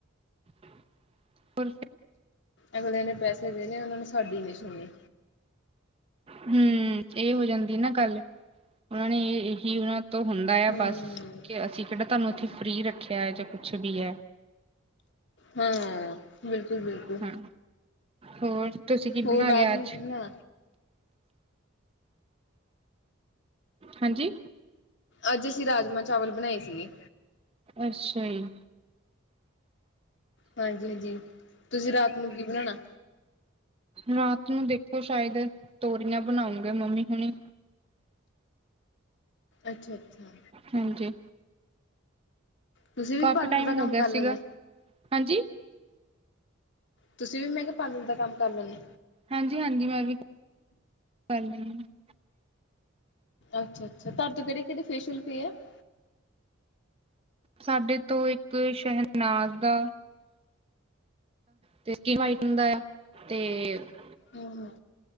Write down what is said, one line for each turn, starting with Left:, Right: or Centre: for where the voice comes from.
Right: ਹੋਰ ਫ <inaudible>
Left: ਅਗਲੇਆਂ ਨੇ ਪੈਸੇ ਦੇਨੇ ਆ ਉਹਨਾਂ ਨੇ ਸਾਡੀ ਨੀਂ ਸੁਣਣੀ।
Right: ਹਮ, ਏ ਹੋ ਜਾਂਦੀ ਨਾ ਗੱਲ। ਉਹਨਾਂ ਨੇ ਹੀ ਉਹਨਾਂ ਤੋਂ ਹੁੰਦਾ ਆ
Left: ਹੂੰ,
Right: ਬਸ ਕਿ ਅਸੀਂ ਕਿਹੜਾ ਤੁਹਾਨੂੰ ਇੱਥੇ ਫਰੀ ਰੱਖਿਆ ਹੈ ਜਾਂ ਕੁਛ ਵੀ ਹੈ
Left: ਹਾਂ ਬਿਲਕੁਲ ਬਿਲਕੁਲ
Right: ਹਾਂ ਹੋਰ ਤੁਸੀਂ ਕੀ
Left: ਹੋਰ
Right: ਬਣਾ
Left: ਰਾਤ
Right: ਲਿਆ
Left: ਨੂੰ
Right: ਅੱਜ
Left: ਕਿਨਾ
Right: ਹਾਂਜੀ
Left: ਅੱਜ ਅਸੀਂ ਰਾਜਮਾਂ ਚਾਵਲ ਬਣਾਏ ਸੀਗੇ
Right: ਅੱਸ਼ਾ ਈ।
Left: ਹਾਂਜੀ ਜੀ, ਤੁਸੀਂ ਰਾਤ ਨੂਂ ਕੀ ਬਣਾਣਾ?
Right: ਰਾਤ ਨੂੰ ਦੇਖੋ ਸ਼ਾਇਦ, ਤੋਰੀਆਂ ਬਣਾਉਂਣਗੇ ਮੰਮੀ ਹੁਣੀ।
Left: ਅੱਛਾ, ਅੱਛਾ।
Right: ਹਾਂਜੀ।
Left: ਤੁਸੀਂ ਵੀ
Right: ਕਾਫੀ
Left: ਪਾਰਲਰ
Right: ਟਾਈਮ
Left: ਦਾ ਕੰਮ
Right: ਹੋ ਗਿਆ
Left: ਕਰ ਲੈਂਦੇ?
Right: ਸੀਗਾ ਹਾਂਜੀ
Left: ਤੁਸੀਂ ਵੀ ਮੈਂ ਕਿਹਾ ਪਾਰਲਰ ਦਾ ਕੰਮ ਕਰ ਲੈਂਦੇ?
Right: ਹਾਂਜੀ ਹਾਂਜੀ ਮੈਂ ਵੀ, ਕਰ ਲੈਂਦੀ ਹਾਂ।
Left: ਅੱਛਾ ਅੱਛਾ ਤੁਹਾੇ ਤੋਂ ਕਿਹੜੇ ਕਿੜ ਫੇੀਅਲ ਪਏ ਆ <unintelligible>
Right: ਸਾਡੇ ਤੋਂ ਇੱਕ ਸ਼ਹਿਨਾਜ਼ ਦਾ ਤੇਿੰਗ ਵਾਈਟਿੰਗ ਦਾ ਆ ਤੇ <unintelligible>
Left: ਹੂ,,,